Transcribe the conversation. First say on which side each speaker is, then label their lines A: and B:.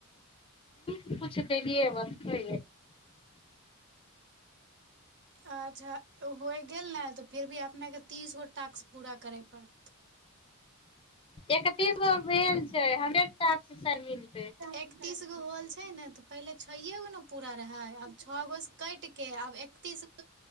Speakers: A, on the left (about 25°); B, on the right (about 55°).
A: कछ कलियै बस हो
B: अच्छा होय गेल ने तऽ फिर भी अपने के तीस गो ट् बूरा करै पड़तै
A: एकतीस गो भेल छै हंड्रेडिल
B: एकतीस गो होल छै ने तऽ पहिले छ गो ने पूरा रहे आब छओ गो से कट के आब एकतीस गो